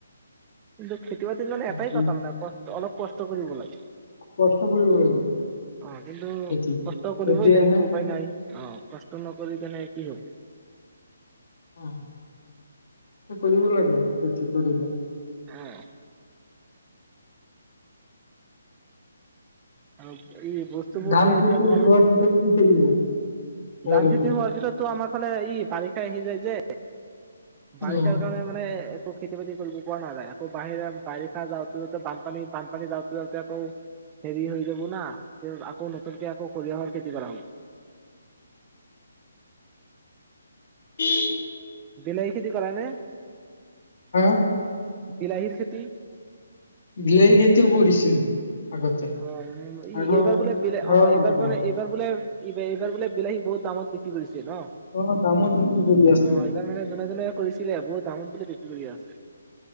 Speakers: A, on the right; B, on the left.
A: <unintelligible> খেতি বাতিত মানে
B: মাকৈ
A: এটাই কথা, মানে কষ্ট অলপ কষ্ট কৰিব লাগে।
B: কষ্ট কৰিব লাগিব
A: অ, কিন্তু
B: খেতি
A: কষ্ট কৰিবই
B: তেতিয়াহে
A: লাগিব। উপায় নাই অ কষ্ট নকৰি কেনে কি কৰিবি?
B: উম, কৰিব লাগে। খেতি কৰিলে।
A: অ'। আপ ই বস্তুবোৰ
B: ধান
A: যে এতিয়া
B: খেতি
A: তোমালোক,
B: উঠোৱাৰ পিছত কি কৰিব তোমালোকৰ
A: ধান খেতি হোৱাৰ পিছতটো আমাৰ ফালে ই বাৰিষ আহি যাই যে বাৰিষাৰ
B: অ
A: কাৰণে মানে আকৌ খেতি বাতি কৰিব পৰা নাযায়। আকৌ বাহিৰা বাৰিষা যাওঁতে যাওঁতে বানপানী, বানপানী যাওঁতে যাওঁতে আকৌ হেৰি হৈ যাব না। আকৌ নতুনকে আকৌ খৰিহৰ খেতি কৰাওঁ
B: <inaudible>
A: বিলাহী খেতি কৰা নে?
B: হা,
A: বিলাহীৰ খেতি
B: বিলাহীৰ খেতিও কৰিছিলো। আগতে
A: অ', উ
B: আগৰ
A: এইবাৰ বোলে বিলে,
B: ঘৰৰ
A: অ', এইবাৰ
B: আগৰ
A: মানে
B: বছৰ।
A: এইবাৰ বোলে ইবে এইবাৰ বোলে বিলাহী বহুত দামত বিক্ৰী কৰিছে ন।
B: অ দামত বিক্ৰী কৰি আছে
A: অ এইবাৰ মানে জোনে জোনে কৰিছিলে বহুত দামত <unintelligible>